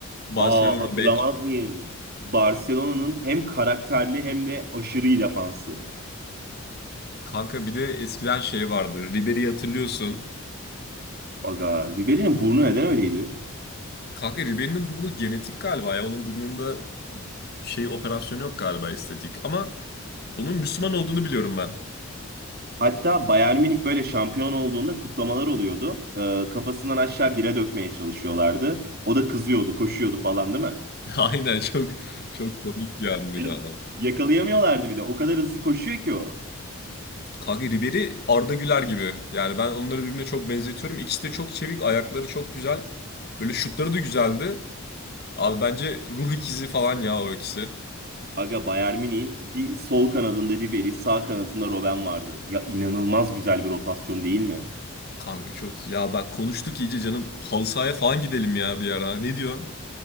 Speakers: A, on the left; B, on the right.
A: Barcelona
B: Aa hatırlamaz
A: bek.
B: mıyım? Barcelona'nın hem karakterli hem de aşırı iyi defansı.
A: Kanka bir de eskiden şey vardı. Ribery'i hatırlıyorsun.
B: Aga Ribery'nin burnu neden öyleydi?
A: Kanka Ribery'nin burnu genetik galiba ya. Onun burnunda şey operasyonu yok galiba estetik. Ama onun Müslüman olduğunu biliyorum ben.
B: Hatta Bayern Münih böyle şampiyon olduğunda kutlamalar oluyordu. Ee, kafasından aşağı bire dökmeye çalışıyorlardı. O da kızıyordu, koşuyordu falan değil mi?
A: <laughs> Aynen çok çok komik bir andı ya.
B: <laughs> Yakalayamıyorlardı bir de. O kadar hızlı koşuyor ki o.
A: Kanka Ribery Arda Güler gibi. Yani ben onları birbirine çok benzetiyorum. İkisi de çok çevik, ayakları çok güzel. Böyle şutları da güzeldi. Abi bence ruh ikizi falan ya o ikisi.
B: Aga Bayern Münih'in bir sol kanadında Ribery, sağ kanadında Robben vardı. Ya inanılmaz güzel bir rotasyon değil mi?
A: Kanka çok ya bak konuştuk iyice canım halı sahaya falan gidelim ya bir ara. Ne diyorsun?